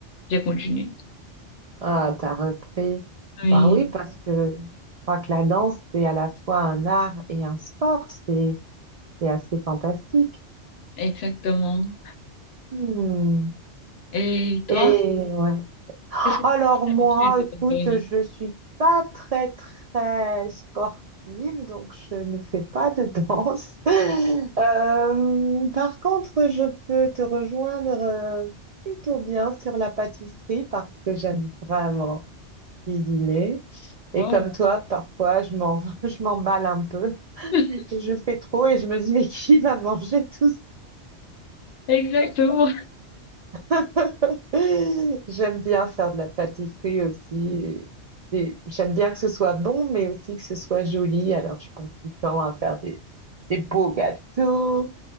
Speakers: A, on the left (about 65°); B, on the right (about 75°).
A: j'ai continué.
B: ah, t'as repris.
A: Oui,
B: Bah oui, parce que je crois que la danse, c'est à la fois un art et un sport. C'est c'est assez fantastique.
A: exactement.
B: Hmm.
A: Et toi,
B: Et ouais.
A: qu'est-ce que tu
B: Alors moi,
A: as l'habitude de
B: écoute,
A: ton pays?
B: je suis pas très très sportive, donc je ne fais pas de danse. <laughs> Euh, par contre, je peux te rejoindre euh, plutôt bien sur la pâtisserie parce que j'aime vraiment cuisiner.
A: Oh,
B: Et comme toi, parfois, je m'en, <laughs> je m'emballe un peu.
A: <laughs>
B: Je fais trop et je me dis, mais qui va manger tout
A: exactement.
B: <laughs> J'aime bien faire de la pâtisserie aussi. et- et J'aime bien que ce soit bon, mais aussi que ce soit joli. Alors, je passe du temps à faire des, des beaux gâteaux.